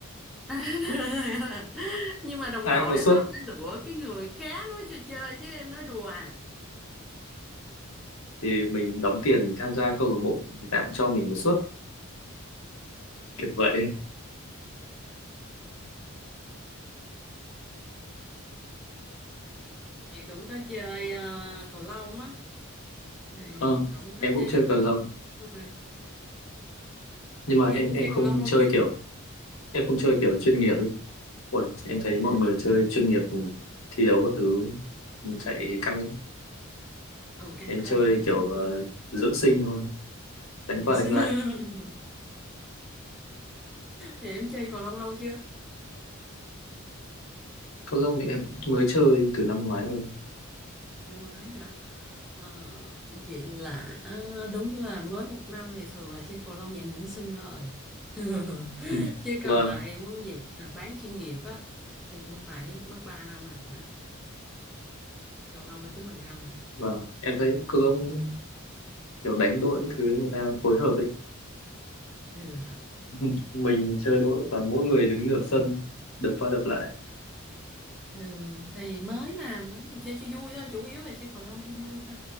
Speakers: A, in the centre; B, on the left.
A: <laughs> nhưng mà đồng
B: ai
A: đội
B: cũng có suất
A: nó phải lựa cái người khác nó mới cho chơi chứ em nói đùa à
B: thì mình đóng tiền mình tham gia câu lạc bộ người ta cũng cho mình một suất kiểu vậy
A: chị cũng có chơi ờ, cầu lông á này
B: Ờ,
A: cũng có
B: em cũng
A: chơi
B: chơi
A: đánh giao
B: cầu
A: hữu
B: lông
A: ừ.
B: nhưng mà
A: vậy
B: em
A: em
B: em
A: chơi
B: không
A: cầu lông lâu
B: chơi
A: chưa
B: kiểu em không chơi kiểu chuyên nghiệp ấy. Ủa, em thấy mọi
A: à
B: người chơi chuyên nghiệp thì thi đấu các thứ chạy căng
A: ừ căng
B: em
A: cơ
B: chơi kiểu
A: chấn
B: uh,
A: thương
B: dưỡng sinh thôi đánh
A: Yes.
B: qua đánh
A: <laughs>
B: lại
A: vậy em chơi cầu lông lâu chưa
B: cầu lông thì em mới chơi từ năm ngoái thôi
A: năm ngoái hả ờ, vậy là à, đúng là mới một năm thì thường là chơi cầu lông dạng dưỡng sinh thôi <laughs>
B: ừ.
A: chứ
B: vâng
A: còn là em muốn dạng là bán chuyên nghiệp á thì cũng phải mất 3 năm à cầu lông phải tính bằng năm
B: vâng em thấy cầu lông kiểu đánh đội các thứ người ta phối hợp ấy
A: ừ.
B: <laughs> mình chơi đội và mỗi người đứng nửa sân đập qua đập lại
A: ừ. thì mới mà mới mình chơi cho vui thôi chủ yếu là chơi cầu lông cho vui thôi